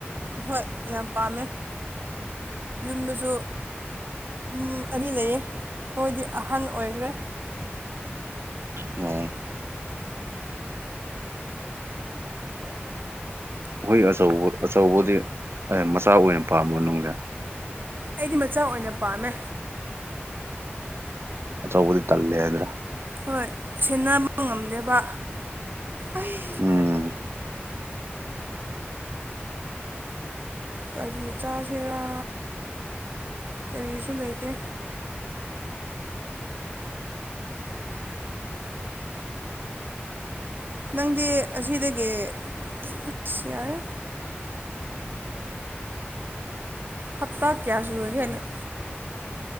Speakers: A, on the right (about 50°); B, on the right (about 65°).
A: ꯍꯣꯏ ꯌꯥꯝ ꯄꯥꯝꯃꯦ ꯌꯨꯝꯗꯁꯨ ꯎ ꯑꯅꯤ ꯂꯩꯌꯦ ꯃꯣꯏꯗꯤ ꯑꯍꯟ ꯑꯣꯏꯈ꯭ꯔꯦ
B: ꯑꯣꯝ ꯑꯩꯈꯣꯏ ꯑꯆꯧꯕ ꯑꯆꯧꯕꯗꯤ ꯃꯆꯥ ꯑꯣꯏꯅ ꯄꯥꯝꯕ ꯃꯅꯨꯡꯁꯦ
A: ꯑꯩꯗꯤ ꯃꯆꯥ ꯑꯣꯏꯅ ꯄꯥꯝꯃꯦ
B: ꯑꯆꯧꯕꯗꯤ ꯇꯜꯂꯦ ꯍꯥꯏꯗ꯭ꯔꯥ
A: ꯍꯣꯏ ꯁꯦꯟꯅꯕ ꯉꯝꯗꯦꯕ ꯑꯩ
B: ꯎꯝ
A: ꯀꯔꯤ ꯆꯥꯁꯤꯔꯥ ꯀꯔꯤꯁꯨ ꯂꯩꯇꯦ ꯅꯪꯗꯤ ꯑꯁꯤꯗꯒꯤ ꯑꯁ ꯌꯥꯔꯦ ꯍꯞꯇꯥ ꯀꯌꯥ ꯁꯨꯔꯒꯦ ꯅꯪ